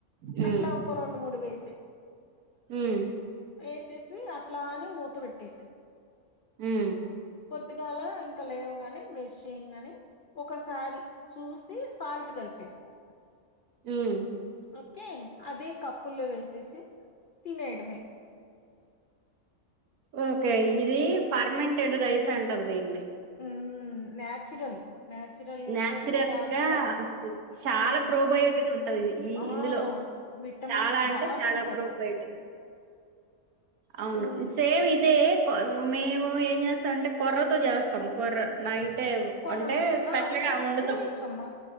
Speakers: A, on the right; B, on the left.
A: హ్మ్
B: అట్లా ఒక రెండు, మూడు వేసేయ్
A: హ్మ్
B: వేసేసి అట్లాని మూత పెట్టేసేయ్
A: మ్మ్
B: పొద్దుగాల ఇంకా లేవగానే బ్రష్ చెయంగానే ఒకసారి చూసి, సాల్ట్ గల్పేస్కో.
A: ఉమ్మ్.
B: ఓక్కె, అదే కప్పుల్లో వేసేసి, తినేయడమే.
A: ఓకే, ఇది ఫర్మెంటెడ్ రైస్ అంటారు దీన్ని.
B: ఉమ్మ్ న్యాచురల్. న్యాచురల్ ఉంటుంది,
A: నాచురల్
B: దాంట్లో
A: గా చాలా
B: ఆమ్
A: ప్రోబయోటిక్ ఉంటది ఇది ఈ
B: ఆ
A: ఇందులో
B: విటమిన్స్
A: చాలా అంటే
B: బాగుంటాయి.
A: చాలా ప్రోబయోటిక్ అవును
B: ఉమ్,
A: సేమ్ ఇదే మేము ఏం చేస్తా అంటే కొర్రతో చేస్తాం కొర్ర నైటే
B: కొర్రలు
A: అంటే స్పెషల్గా
B: ఆ ఆ
A: వండుతాం
B: చెయ్యొచ్చమ్మా